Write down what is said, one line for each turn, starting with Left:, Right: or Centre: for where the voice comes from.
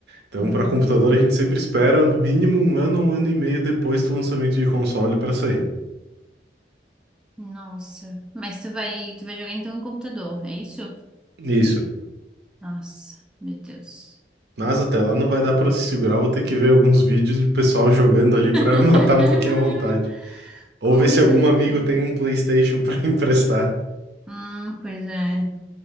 Right: Então,
Centre: Uhum.
Right: para computador, a gente sempre espera no mínimo um ano, um ano e meio depois do lançamento de console para sair.
Centre: Nossa. Mas tu vai, tu vai jogar então no computador, é isso?
Right: Isso.
Centre: Nossa, meu Deus.
Right: Mas até lá não vai dar para se segurar, vou ter que ver alguns vídeos de pessoal jogando ali
Centre: <laughs>
Right: para <laughs> matar um pouquinho a vontade. Ou
Centre: Com
Right: ver se
Centre: certeza.
Right: algum amigo tem um PlayStation para <laughs> emprestar.
Centre: Hum, pois é.